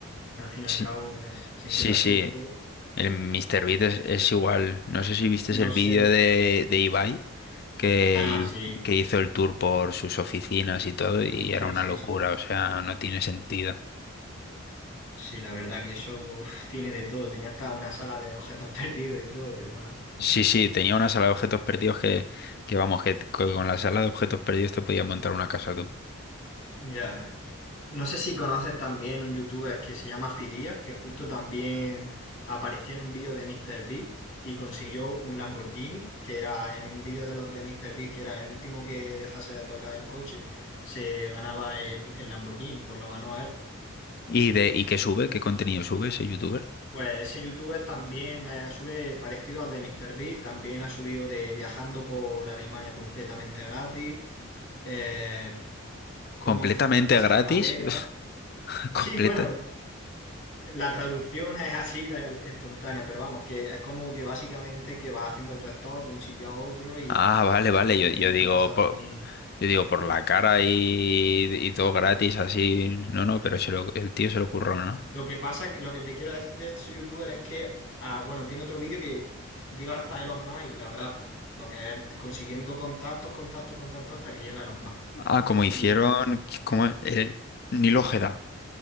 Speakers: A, on the left; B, on the left.
A: Al fin
B: Sí,
A: y al cabo, eh, se
B: sí,
A: empieza así,
B: sí.
A: luego
B: El Mr. Beat es, es igual. No sé si viste el
A: No
B: vídeo
A: sé.
B: de, de Ibai que,
A: Ah, sí,
B: hiz- que hizo el tour por sus oficinas y todo y
A: sí,
B: era una
A: sí,
B: locura.
A: sí.
B: O sea, no tiene sentido.
A: Sí, la verdad que eso uf, tiene de todo. Tenía hasta una sala de objetos <laughs> perdidos y todo. y va.
B: Sí, sí, tenía una sala de objetos perdidos que, que vamos, que con la sala de objetos perdidos te podías montar una casa tú.
A: Ya. No sé si conoces también un youtuber que se llama Fidias, que justo también apareció en un vídeo de MrBeast y consiguió un Lamborghini, que era en un vídeo de los de MrBeast, que era el último que dejase de tocar el coche, se ganaba el, el Lamborghini, pues lo ganó a él.
B: ¿Y de, y qué sube? ¿Qué contenido sube ese youtuber?
A: Pues ese youtuber también eh, sube parecido al de MrBeast, también ha subido de viajando por Alemania completamente gratis, eh, cómo
B: ¿Completamente
A: hizo una casa
B: gratis?
A: de madera.
B: <laughs>
A: Sí,
B: Completa.
A: bueno, la traducción <laughs> es así, la- espontánea, pero vamos, que es como que básicamente que va haciendo autostop de un sitio a otro y,
B: Ah, vale, vale.
A: y consigue
B: Yo, yo digo,
A: quedarse a dormir.
B: por, yo digo, por la cara y, y todo gratis, así. No, no, pero se lo- el tío se lo curró, ¿no?
A: Lo que pasa, lo que te quiero decir de ese youtuber es que, ah, bueno, tiene otro vídeo que llega hasta Elon Musk y la abraza. Lo que es consiguiendo contactos, contactos, contactos hasta que llega Elon Musk.
B: Ah, como hicieron,
A: Y,
B: como el Nil Ojeda.